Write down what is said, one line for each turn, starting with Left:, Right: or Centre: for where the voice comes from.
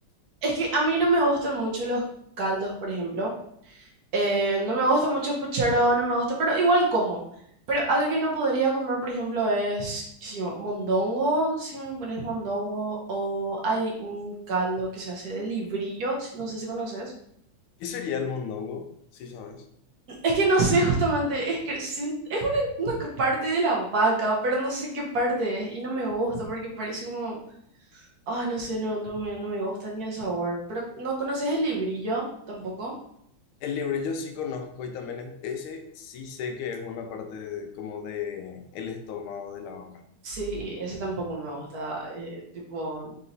Right: Es que a mí no me gustan mucho los caldos, por ejemplo. Eh, no me gusta mucho el puchero, no me gusta, pero igual como. Pero algo que no podría comer, por ejemplo, es qué sé yo, mondongo, si me pones mondongo, o hay un caldo que se hace de librillo, si- no sé si conoces.
Left: ¿Qué sería el mondongo? Sí, sabes.
Right: Es que no sé justamente, es que sin- es una, una parte de la vaca, pero no sé qué parte es y no me gusta porque parece como, ah, no sé, no, no me, no me gusta ni el sabor. Pero ¿no conoces el librillo tampoco?
Left: El librillo sí conozco y también es, ese sí sé que es una parte de- como de el estómago de la vaca,
Right: Sí, ese tampoco me gusta. eh, tipo,